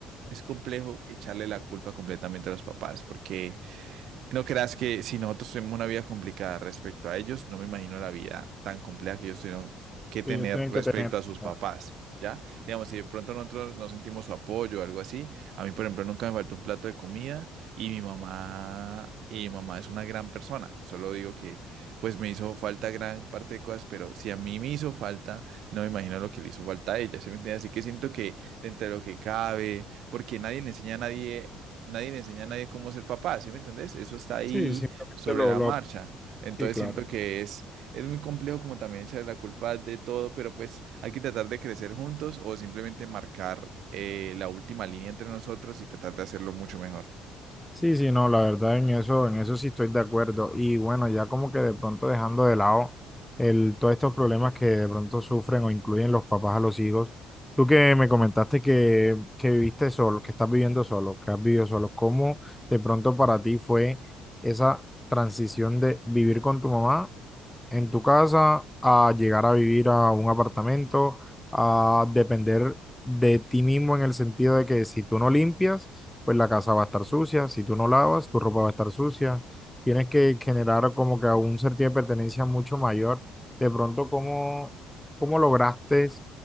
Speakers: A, on the right; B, in the centre.
A: es complejo echarle la culpa completamente a los papás, porque no creas que si nosotros tuvimos una vida complicada respecto a ellos, no me imagino la vida tan compleja que ellos tuvieron que tener
B: Ellos tienen
A: respecto
B: que tener.
A: a sus
B: claro.
A: papás, ¿ya? Digamos, si de pronto nosotros no sentimos su apoyo o algo así, a mí, por ejemplo, nunca me faltó un plato de comida y mi mamá, y mi mamá es una gran persona. Solo digo que, pues, me hizo falta gran parte de cosas, pero si a mí me hizo falta, no me imagino lo que le hizo falta a ella, ¿sí me entiendes? Así que siento que dentro de lo que cabe, porque nadie le enseña a nadie nadie le enseña a nadie cómo ser papá, ¿sí me entendés? Eso está ahí
B: Sí, simplemente
A: sobre
B: lo,
A: la
B: lo...
A: marcha. Entonces
B: Sí, claro.
A: siento que es, es muy complejo como también echarle la culpa de todo, pero pues hay que tratar de crecer juntos o simplemente marcar eh, la última línea entre nosotros y tratar de hacerlo mucho mejor.
B: Sí, sí, no, la verdad en eso, en eso sí estoy de acuerdo. Y bueno, ya como que de pronto dejando de lado el, todos estos problemas que de pronto sufren o incluyen los papás a los hijos. Tú que me comentaste que, que viviste solo, que estás viviendo solo, que has vivido solo, ¿cómo de pronto para ti fue esa transición de vivir con tu mamá en tu casa a llegar a vivir a un apartamento, a depender de ti mismo en el sentido de que si tú no limpias, pues la casa va a estar sucia, si tú no lavas, tu ropa va a estar sucia. Tienes que generar como que un sentido de pertenencia mucho mayor. De pronto, ¿cómo, cómo lograste